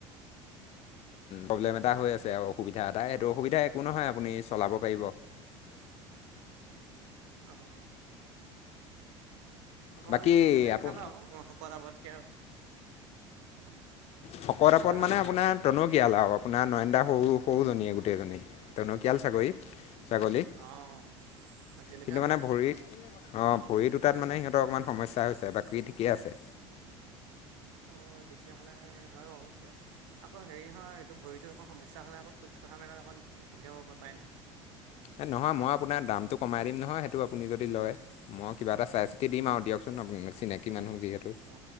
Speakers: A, on the left; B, on the right.
A: প্ৰব্লেম এটা হৈ আছে আৰু অসুবিধা এটা সেইটো অসুবিধা একো নহয় আপুনি চলাব পাৰিব। <unintelligible>
B: <unintelligible> <inaudible> অ অকণমান
A: বাকী
B: হেৰি হ'লেফাল
A: আপো
B: আৰু শকত আৱতকৈ আৰু।
A: শকত আপত
B: হয় হয়
A: মানে
B: কওকচোন
A: আপোনাৰ টনকিয়ালক? আপোনা নয়নন্দা সৰু সৰুজনীয়ে গোটেই জনী তনকিয়াল চাকৰি। ছাগলী
B: অঁ তেনেকুৱা
A: কিন্তু
B: হ'ব
A: মানে
B: লাগে
A: ভৰিত অ ভৰি দুটাত মানে সিহঁতৰ অকমান সমস্যা হৈছে বাকী ঠিকে আছে।
B: অঁ তেতিয়াহ'লে হয় বাৰু আকৌ হেৰি নহয় এইটো ভৰিটোত অকণ সমস্যা হ'লে আকৌ খোজ কঢ়া মেলা অকণ অসুবিধাও পায় নহয়।
A: এই নহয় মই আপোনাৰ দামটো কমাই দিম নহয় সেইটো আপুনি যদি লয় মই কিবা এটা চাই চিতি দিম আৰু দিয়কচোন? চিনাকি মানুহ। যিহেতু।
B: অ